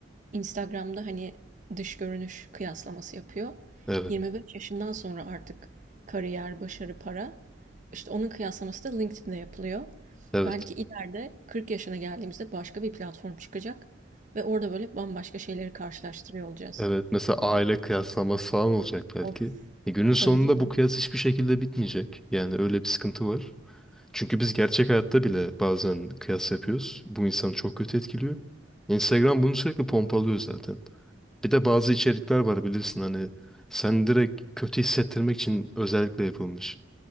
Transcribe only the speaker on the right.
Instagram'da hani dış görünüş kıyaslaması yapıyor.
25 yaşından sonra artık kariyer, başarı, para. İşte onun kıyaslaması da LinkedIn'de yapılıyor.
Belki ileride 40 yaşına geldiğimizde başka bir platform çıkacak ve orada böyle bambaşka şeyleri karşılaştırıyor olacağız.
Of.
Tabii canım.